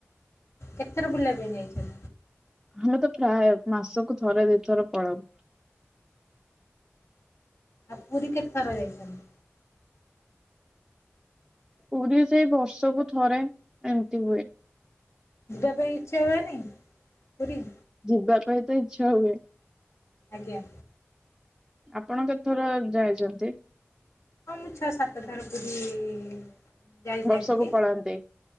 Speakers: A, on the left; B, in the centre.
A: କେତେଥର ବୁଲିବା ପାଇଁ ଯାଇଛନ୍ତି?
B: ଆମେ ତ ପ୍ରାୟ ମାସକୁ ଥରେ ଦିଇଥର ପଳାଉ।
A: ଆ ପୁରୀ କେତେ ଥର ଯାଇଛନ୍ତି?
B: ପୁରୀ ସେଇ ବର୍ଷକୁ ଥରେ ଏମତି ହୁଏ।
A: ଯିବା ପାଇଁ ଇଚ୍ଛା ହୁଏନି ପୁରୀ?
B: ଯିବା ପାଇଁ ତ ଇଚ୍ଛା ହୁଏ।
A: ଆଜ୍ଞା।
B: ଆପଣ କେତ ଥର ଯାଇଛନ୍ତି?
A: ହଁ ମୁଁ ଛଅ ସାତ ଥର ପୁରୀ ଇ ଯାଇସାରିଛି।
B: ବର୍ଷକୁ ପଳାନ୍ତି।